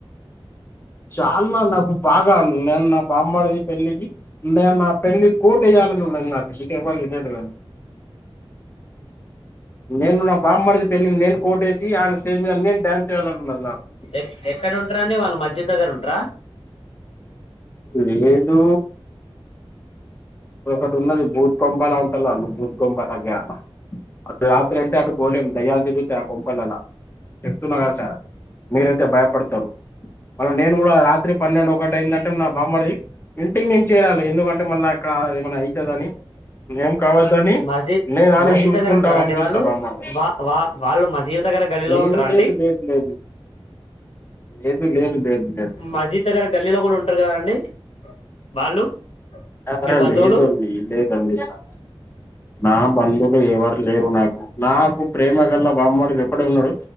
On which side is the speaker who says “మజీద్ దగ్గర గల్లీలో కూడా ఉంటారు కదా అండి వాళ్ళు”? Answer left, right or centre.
Left